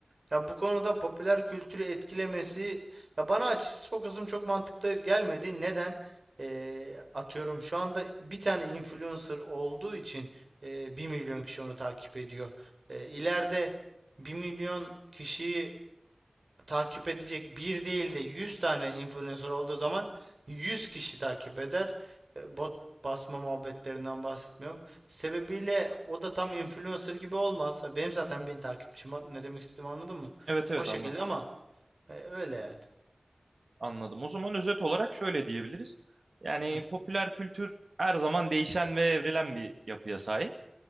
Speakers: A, on the right; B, on the right.
A: Ya bu konuda popüler kültürü etkilemesi ya bana açıkçası o kısım çok mantıklı gelmedi. Neden? Ee, atıyorum şu anda bir tane influencer olduğu için e, 1 milyon kişi onu takip ediyor. Ee, ileride 1 milyon kişiyi takip edecek bir değil de 100 tane influencer olduğu zaman 100 kişi takip eder. E, Bot basma muhabbetlerinden bahsetmiyorum. Sebebiyle o da tam influencer gibi olmaz. Benim zaten 1000 takipçim var. Ne demek istediğimi anladın mı?
B: Evet evet
A: O şekilde
B: anladım.
A: ama e, öyle yani.
B: Anladım. O zaman özet olarak şöyle diyebiliriz. Yani
A: Hı.
B: popüler kültür her zaman değişen ve evrilen bir yapıya sahip.